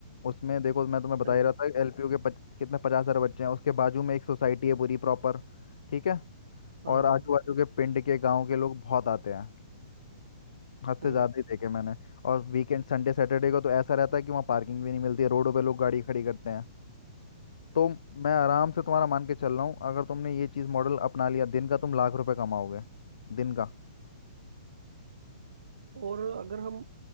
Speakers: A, on the left; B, on the right.
A: उसमें देखो मैं तुम्हें बता
B: हाँ
A: ही
B: जी
A: रहा था एलपीयू के पच, कितने पचास सारे बच्चे हैं उसके बाजू में एक सोसाइटी है पूरी प्रॉपर ठीक है
B: हाँ
A: और आजू
B: हाँ
A: बाजू के पिंड के गांव के लोग बहुत आते हैं हद
B: हम्म
A: से ज्यादा ही देखे मैंने और वीकेंड संडे सैटरडे को तो ऐसा रहता है कि वहाँ पार्किंग भी नहीं मिलती है रोडों पे लोग गाड़ी खड़ी करते हैं तो मैं आराम से तुम्हारा मान के चल रहा हूँ अगर तुमने ये चीज़ मॉडल अपना लिया दिन का तुम लाख रुपए कमाओगे दिन का
B: और अगर हम